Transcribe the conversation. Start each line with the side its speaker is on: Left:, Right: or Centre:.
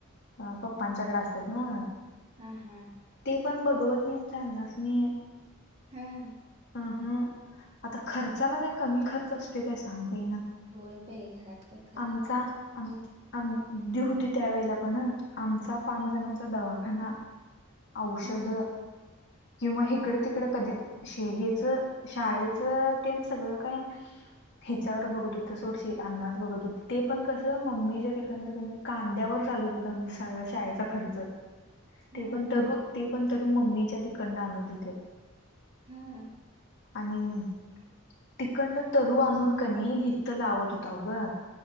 Left: पप्पांच्याकडे असतात ना?
Right: हा हा.
Left: ते पण बघवत नाही आमच्या अन्नासनी
Right: हम्म.
Left: अ ह आता खर्चाला काय कमी खर्च असतो काय सांग बई ना?
Right: होय बाई घरात का
Left: आमचा आम आमदी होती त्यावेेळेला पण ह आमचा पाच जणांचा दवाखाना. औषध.
Right: हा
Left: किंवा इकडं तिकड कधी हच शाळेच ते सगळं काय हिच्यावर बघत हो तर सोडशी अन् बघत होते. ते पण कस मम्मीच्या तिकडं क कांद्यावर चालत होता म्हणजे सगळा शाळेचा खर्च.
Right: हा
Left: ते पण ते पण तरु मम्मीच्या तिकडन आणत होतं.
Right: हा.
Left: आणि तिकंडन तरु आणून कनी हित लावत होता अघं.